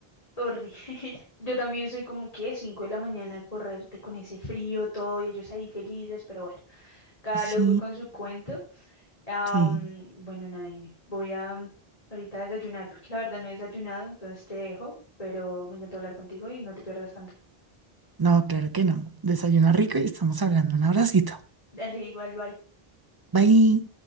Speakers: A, on the left; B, on the right.
A: Horrible. <laughs> Yo también soy como que 5 de la mañana a correrte con ese frío, todo, y ellos ahí felices, pero bueno, cada
B: Sí,
A: loco con su cuento. Am,
B: sí.
A: bueno, nada, dime, voy a mm, ahorita a desayunar, porque la verdad no he desayunado, entonces te dejo, pero me encantó hablar contigo y no te pierdas tanto.
B: No, claro que no. Desayuna rico y estamos hablando. Un abracito.
A: <laughs> Dale, igual, bye.
B: Bye.